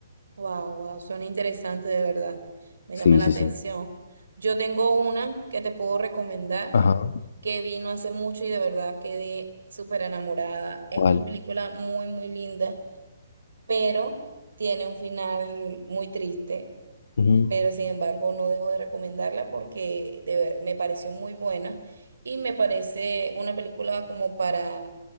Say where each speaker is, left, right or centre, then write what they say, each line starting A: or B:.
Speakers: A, on the right; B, on the left.
A: Wow, wow, suena interesante de verdad. Me
B: Sí,
A: llama la
B: sí,
A: atención.
B: sí.
A: Yo tengo una que te puedo recomendar
B: Ajá.
A: que vino hace mucho y de verdad quedé súper enamorada.
B: ¿Cuál?
A: Es una película muy, muy linda, pero tiene un final muy triste.
B: Ujú,
A: Pero sin embargo, no dejo de recomendarla porque de ver- me pareció muy buena y me parece una película como para